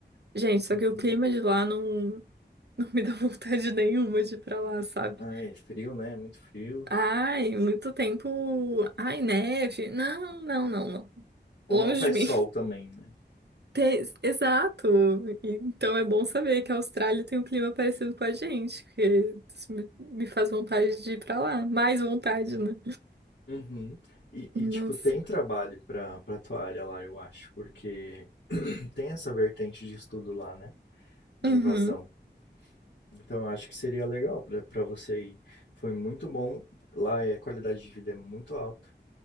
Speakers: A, on the right; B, on the left.
A: Gente, só
B: Uhum.
A: que o clima de lá não, <laughs> não me dá <laughs> vontade nenhuma de ir pra lá, sabe?
B: Ah, é frio, né? Muito frio.
A: Ai, muito tempo. Ai, neve. Não, não, não, não.
B: Ou
A: Longe
B: não faz
A: de mim.
B: sol também, né?
A: Tem- Exato. E- Então é bom saber que a Austrália tem um clima parecido com a gente, que isso me me faz vontade de ir pra lá. Mais vontade, né?
B: Uhum. E e,
A: Nossa.
B: tipo, tem trabalho pra pra tua área lá, eu acho, porque <clears throat> tem essa vertente de estudo lá, né? De
A: Uhum,
B: invasão. Então, eu acho que seria legal pra pra você ir. Foi muito bom. Lá é, a qualidade de vida é muito alta.